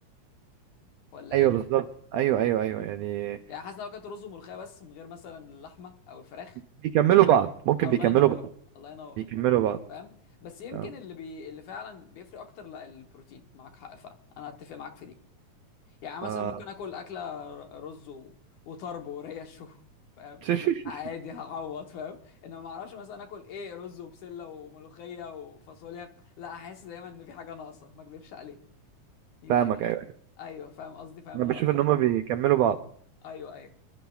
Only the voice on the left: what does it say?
ولا
ايه
يعني حاسس إن لو كانت رز وملوخيه بس من غير مثلا اللحمه او الفراخ
الله
ينور
الله ينور
فاهم بس يمكن
اللي بي... اللي فعلا بيفرق اكتر لا البروتين معاك حق فعلا انا اتفق معاك في دي يعني مثلا
ممكن اكل اكله ر- رز و... وطرب وريش و... <laughs> فاهم
عادي هعوض فاهم انما ما اعرفش مثلا اكل ايه رز وبسله وملوخيه وفاصوليا لا احس دايما ان في حاجه ناقصه ما اكذبش عليك يعني
ايوه فاهم قصدي فاهم
اللقطه
دي
ايوه ايوه